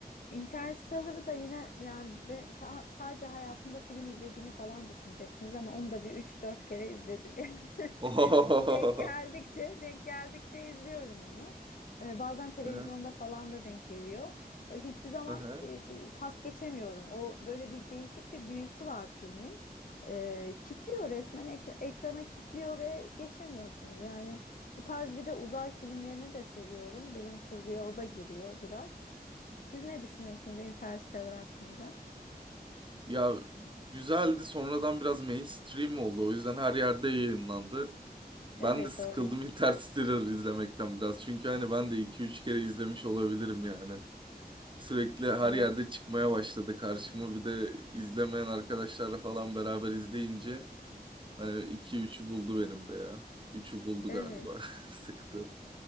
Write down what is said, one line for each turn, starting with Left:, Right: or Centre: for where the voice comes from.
Left: Interstellar'ı da yine yani ben sa- sadece hayatımda film izlediğimi falan düşüneceksiniz ama onu da bir üç dört kere izledim. <laughs> Yani
Right: Ohohoho.
Left: denk geldikçe denk geldikçe izliyorum onu. Ee, bazen televizyonda
Right: Hı
Left: falan da denk geliyor. Ee, Hiçbir zaman
Right: hı.
Left: e, pas geçemiyorum. O böyle bir değişik bir büyüsü var filmin. Ee, kitliyor resmen ekra- ekrana kitliyor ve geçemiyorsunuz. Yani bu tarz bir de uzay filmlerini de seviyorum. Bilim kurguya o da giriyor biraz. Siz ne düşünüyorsunuz Interstellar hakkında?
Right: Ya güzeldi sonradan biraz mainstream oldu. O yüzden her yerde yayınlandı. Ben
Left: Evet
Right: de sıkıldım
Left: doğru.
Right: <laughs> Interstellar izlemekten biraz. Çünkü hani ben de iki üç kere izlemiş olabilirim yani. Sürekli her
Left: Evet.
Right: yerde çıkmaya başladı karşıma. Bir de izlemeyen arkadaşlarla falan beraber izleyince hani iki üçü buldu benim de ya. üçü buldu
Left: Evet.
Right: galiba. <laughs> Sıktı.